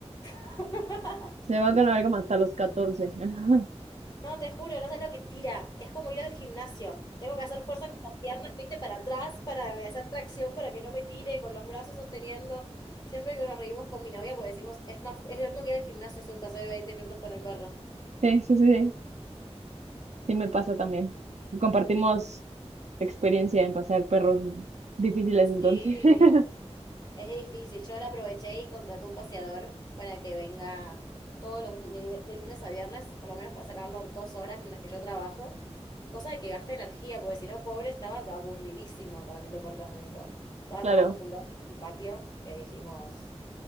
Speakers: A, on the left (about 40°); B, on the right (about 80°).
A: <gasps>
B: se va con algo hasta los 14. <laughs>
A: No, te juro, no sabes lo que tira. Es como ir al gimnasio. Tengo que hacer fuerza con las piernas, viste, para atrás, para hacer tracción, para que no me tire, con los brazos sosteniendo. Siempre que nos reímos con mi novia, pues decimos, es más, es lo mismo que ir al gimnasio, hacer un paseo de 20 minutos con el perro.
B: Sí, sí, sí. sí. Sí, me pasa también. Compartimos experiencia en pasar perros difíciles
A: Sí.
B: entonces. <laughs>
A: Es difícil. Yo ahora aproveché y contraté un paseador para que venga todos los de, de lunes a viernes, por lo menos para sacarlo dos horas mientras que yo trabajo, cosa de que gaste energía, porque si no, pobre, estaba aburridísimo acá en el departamento. Estaba
B: Claro,
A: tan acostumbrado al patio que dijimos,